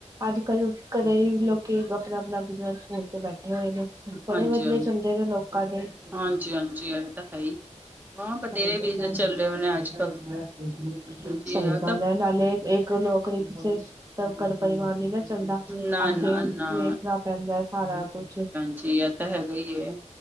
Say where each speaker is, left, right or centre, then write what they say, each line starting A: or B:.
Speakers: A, on the right (about 30°); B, on the right (about 15°).
A: ਅੱਜ ਕੱਲ ਘਰੇ ਲੋਕੀ ਆਪਣਾ-ਆਪਣਾ ਬਿਜਨਸ ਖੋਲ ਕੇ ਬੈਠੇ ਹੋਏ ਨੇ। ਬੜੇ
B: ਹਾਂਜੀ
A: ਵਦੀਆ ਚਲਦੇ ਨੇ ਲੋਕਾਂ ਦੇ। <unintelligible>
B: ਹਾਂਜੀ ਹਾਂਜੀ ਇਹ ਤਾਂ ਹੈ ਹੀ ਹਾਂ ਬਥੇਰੇ ਬਿਜਨਸ ਚੱਲੇ ਹੋਏ ਨੇ ਅੱਜ ਕੱਲ ਹਾਂਜੀ
A: ਸਈ ਗੱਲ
B: ਤਾਂ
A: ਐ। ਨਾਲੇ ਏਕ ਲੋਕਰੀ ਚ ਸਭ ਘਰ ਪਰਿਵਾਰ ਨੀ ਨਾ ਚੱਲਦਾ
B: ਨਾ
A: ਅੱਗੇ
B: ਨਾ ਨਾ
A: ਵੇਖਨਾ ਪੈਂਦਾ ਸਾਰਾ ਕੁੱਛ।
B: ਜੀ ਐ ਤਾ ਹੈਗਾ ਈ ਏ